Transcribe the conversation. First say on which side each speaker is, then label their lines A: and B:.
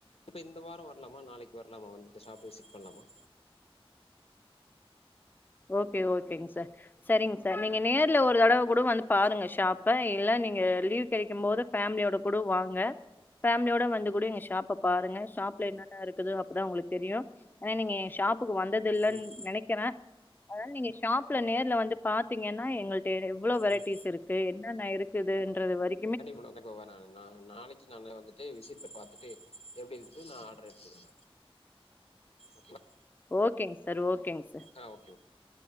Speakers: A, on the left; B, on the left.
A: இப்ப இந்த வாரோ வர்லாமா நாளைக்கு வர்லாமா வந்துட்டு ஷாப்ப விசிட் பண்லாமா
B: ஓகே ஓகேங் சார் சரிங் சார் நீங்க நேர்ல ஒரு தடவ கூடோ வந்து பாருங்க ஷாப்ப இல்ல நீங்க லீவ் கெடைக்கும் போது ஃபேமிலியோட கூடோ வாங்க ஃபேம்லியோட வந்து கூட எங்க ஷாப்ப பாருங்க ஷாப்ல என்னென்ன இருக்குது அப்புதா உங்ளுக் தெரியு ஆனா நீங்க என் ஷாப்புக்கு வந்ததுல்லன்
A: ம்
B: நெனைக்கிற அதுனால நீங்க ஷாப்ல நேர்ல வந்து பாத்தீங்கனா எங்கள்ட்ட எவ்ளோ வெரைட்டீஸ்
A: ம்
B: இருக்கு என்னென்ன இரு க்குதுன்ற வரி
A: கண்டிப் மேடம் கண்ப்பா வர நா நாளை க்கி நா நா வந்துட்டு விசித்த பாத்துட்டு எப்டி இருக்குது நா ஆர்ட்ர எடுத்துகிற மேடம் ஓகேவா
B: ஓகேங் சார் ஓகேங் சார்
A: ஆ ஓகே ம